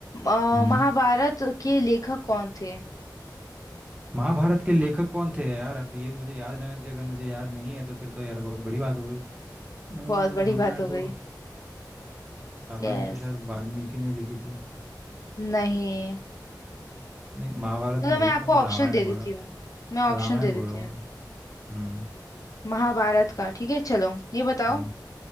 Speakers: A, on the left; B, on the right.
A: अ,
B: हम्म
A: महाभारत के लेखक कौन थे
B: महाभारत के लेखक कौन थे यार अब ये मुझे याद रहना चाहिए अगर मुझे याद नहीं है तो फिर तो यार बहुत बड़ी बात हो गई अ, रामायण
A: बहुत बड़ी बात हो गई
B: तो रामायण
A: यस
B: तो शायद वाल्मीकि ने लिखी थी
A: नहीं
B: नहीं महाभारत
A: चलो
B: नहीं बोल
A: मैं
B: रहा
A: आपको
B: मैं
A: ऑप्शन
B: रामायण
A: दे
B: बोल
A: देती
B: रहा
A: हूँ मैं ऑप्शन
B: रामायण
A: दे
B: बोल
A: देती
B: रहा
A: हूँ
B: हूँ
A: आपको
B: मैं हम्म
A: महाभारत का ठीक है चलो ये बताओ
B: हम्म।
A: अ,